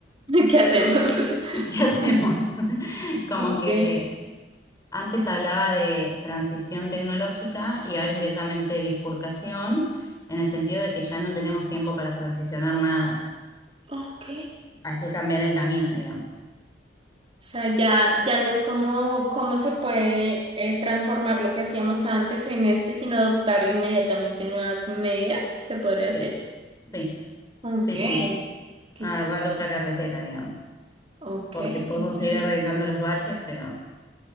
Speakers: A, on the right; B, on the left.
A: <laughs> ¿Qué hacemos?
B: <laughs> y
A: <laughs>
B: hacemos como
A: Ok.
B: que antes hablaba de transición tecnológica y ahora es directamente bifurcación, en el sentido de que ya no tenemos tiempo para transicionar nada.
A: Ok.
B: Hay que cambiar el camino, digamos.
A: O sea, ya, ya no es como cómo se puede eh, transformar lo que hacíamos antes en este, sino adoptar inmediatamente nuevas medidas, se podría hacer.
B: Sí, sí,
A: Ok,
B: sí,
A: qué,
B: sí. Agarrar
A: ch-
B: otra carretera, digamos.
A: ok,
B: Porque podemos
A: qué chévere.
B: seguir arreglando los baches, pero